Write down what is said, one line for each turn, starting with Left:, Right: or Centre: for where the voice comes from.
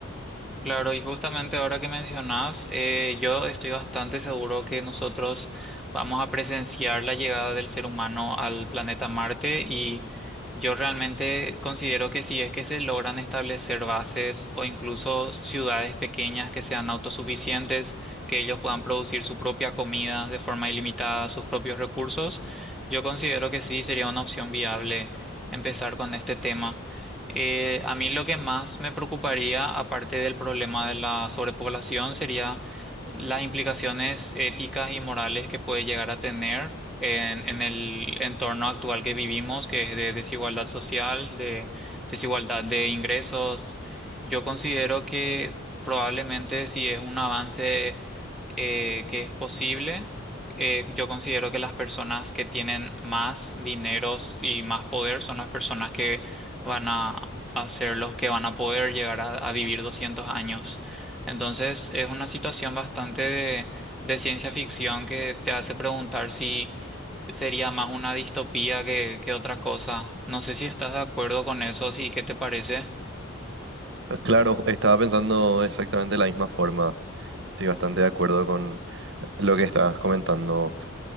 Centre: Claro, y justamente ahora que mencionas, eh, yo estoy bastante seguro que nosotros vamos a presenciar la llegada del ser humano al planeta Marte y yo realmente considero que si es que se logran establecer bases o incluso ciudades pequeñas que sean autosuficientes, que ellos puedan producir su propia comida de forma ilimitada, sus propios recursos, yo considero que sí sería una opción viable empezar con este tema. Eh, a mí lo que más me preocuparía, aparte del problema de la sobrepoblación, sería las implicaciones éticas y morales que puede llegar a tener en, en el entorno actual que vivimos, que es de desigualdad social, de desigualdad de ingresos. Yo considero que probablemente si es un avance eh, que es posible. Eh, yo considero que las personas que tienen más dineros y más poder son las personas que van a, a ser los que van a poder llegar a, a vivir 200 años. Entonces es una situación bastante de, de ciencia ficción que te hace preguntar si sería más una distopía que, que otra cosa. No sé si estás de acuerdo con eso, sí, ¿qué te parece?
Right: Claro, estaba pensando exactamente de la misma forma. Estoy bastante de acuerdo con lo que estabas comentando